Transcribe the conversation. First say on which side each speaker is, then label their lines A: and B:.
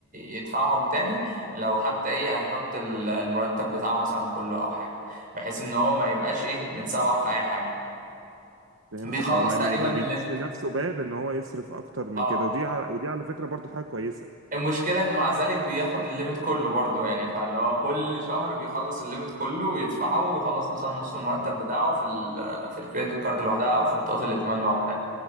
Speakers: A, on the right; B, on the right.
A: يدفعهم تاني لو حتى ايه هيحط ال- المرتب بتاعه مثلا كله او حاجه بحيث ان هو ما يبقاش ايه متسوح في اي حاجه
B: فهمتك
A: بيخلص
B: اه ما
A: تقريبا
B: ما ما
A: الليمت
B: بيديش لنفسه باب ان هو يصرف اكتر من
A: اه
B: كده ودي على... ودي على فكره برضو حاجه كويسه
A: المشكله ان مع ذلك بياخد الليمت كله برضه يعني فاللي هو كل شهر بيخلص الليمت كله ويدفعه ويخلص مثلا نص المرتب
B: امم
A: بتاعه في ال في الكريدت كارد لوحدها او في بطاقه الائتمان لوحدها